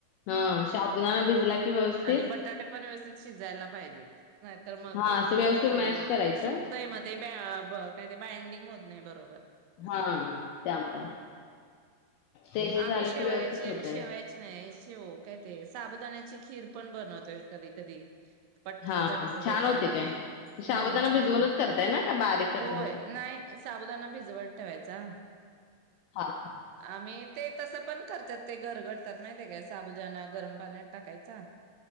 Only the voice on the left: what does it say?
हा शाबूदाना भिजला की व्यवस्थित.
हा असं व्यवस्थित
मॅश करायचं
हा त्यामुळे. ते हे
झालं
की व्यवस्थित होतय
हा
हा छान
होते
काय साबुदाणा
भिजवूनच करताय ना का बारीक करताय
हे करताय
हा हा